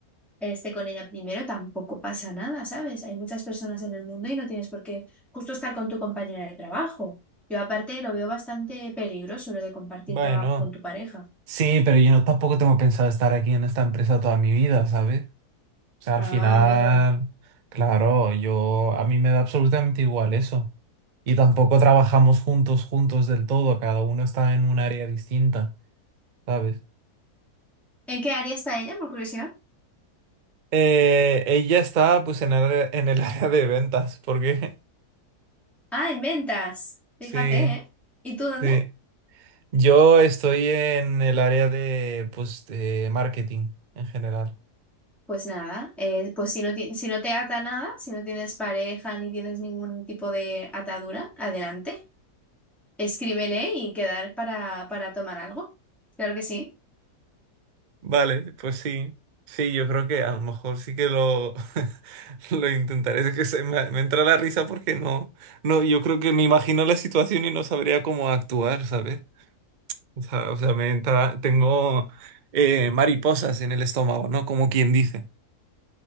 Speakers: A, in the centre; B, on the right.
A: esté con ella primero, tampoco pasa nada, ¿sabes? Hay muchas personas en el mundo y no tienes por qué justo estar con tu compañera de trabajo. Yo aparte lo veo bastante peligroso lo de compartir
B: Bueno,
A: trabajo con tu pareja.
B: Sí, pero yo no, tampoco tengo pensado estar aquí en esta empresa toda mi vida, ¿sabes? O sea,
A: Ah,
B: al final,
A: amigo.
B: claro, yo a mí me da absolutamente igual eso. Y tampoco trabajamos juntos, juntos del todo, cada uno está en un área distinta, ¿sabes?
A: ¿En qué área está ella, por curiosidad?
B: eh, ella está pues en, área- en el <laughs> área de ventas, porque
A: Ah, en ventas.
B: <laughs>
A: Fíjate,
B: sí.
A: ¿eh? ¿Y tú dónde?
B: Sí. Yo estoy en el área de, pues, de marketing en general.
A: Pues nada, eh, pues si no, ti- si no te ata nada, si no tienes pareja ni tienes ningún tipo de atadura, adelante, escríbele y quedar para, para tomar algo. Claro que sí.
B: Vale, pues sí. Sí, yo creo que a lo mejor sí que lo, <laughs> lo intentaré. Es que se me, me entra la risa porque no, no, yo creo que me imagino la situación y no sabría cómo actuar, ¿sabes? O sea, o sea, me entra, tengo eh, mariposas en el estómago, ¿no? Como quien dice.